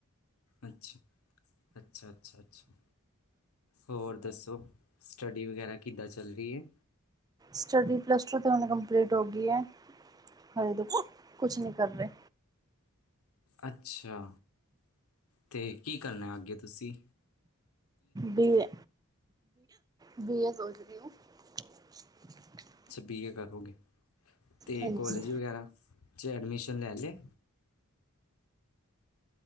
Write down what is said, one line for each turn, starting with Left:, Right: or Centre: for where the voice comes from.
Left: ਅੱਛਾ, ਅੱਛਾ-ਅੱਛਾ। ਅੱਛਾ, ਹੋਰ ਦੱਸੋ, ਸਟੱਡੀ ਵਗੈਰਾ ਕਿੱਦਾਂ ਚੱਲ ਰਹੀ ਏ?
Right: ਸਟੱਡੀ ਪਲੱਸ ਟੂ ਤੇ, ਹੁਣ ਕੰਪਲੀਟ ਹੋਗੀ ਐ। ਹਰੇ ਤੇ, ਕੁਛ ਨਹੀਂ ਕਰ ਰਹੇ।
Left: ਅੱਛਾ, ਤੇ ਕੀ ਕਰਨਾ ਅੱਗੇ ਤੁਸੀ?
Right: ਬੀਏ, ਬੀਏ ਸੋਚ ਰੀ <unintelligible>
Left: ਅੱਛਾ, ਬੀਏ ਕਰੋਗੇ ਤੇ
Right: ਹਾਂਜੀ
Left: ਕੋਲੇਜ ਵਗੈਰਾ'ਚ ਐਡਮਿਸ਼ਨ ਲੈ ਲਏ।